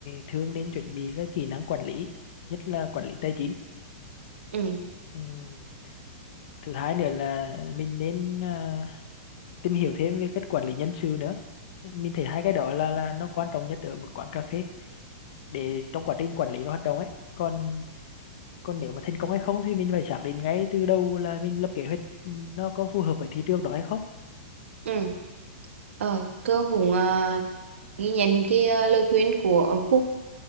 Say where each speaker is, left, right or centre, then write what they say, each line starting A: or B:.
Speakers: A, on the left; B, on the right.
A: thương nên chuẩn bị các kỹ năng quản lý nhất là quản lý tài chính
B: Ừ,
A: Ừm, thứ hai nữa là mình nên à, tìm hiểu thêm về cách quản lý nhân sự nữa mình thấy hai cái đó là là nó quan trọng nhất ở một quán cà phê để trong quá trình quản lý và hoạt động ấy còn còn nếu mà thành công hay không thì mình phải xác định ngay từ đầu là mình lập kế hoạch ừ, nó có phù hợp với thị trường đó hay không
B: ừ. Ờ, cơ cũng à, ghi nhận cái à, lời khuyên của ông Phúc.